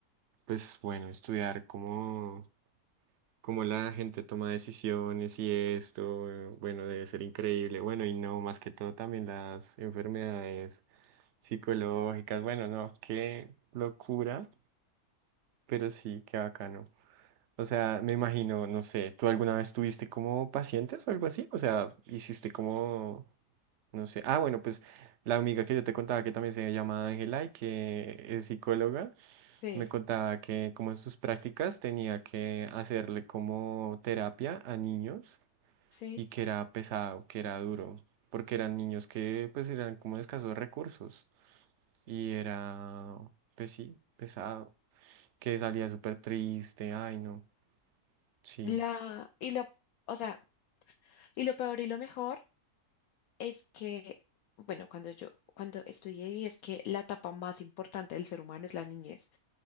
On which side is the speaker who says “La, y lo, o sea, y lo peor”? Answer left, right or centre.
Left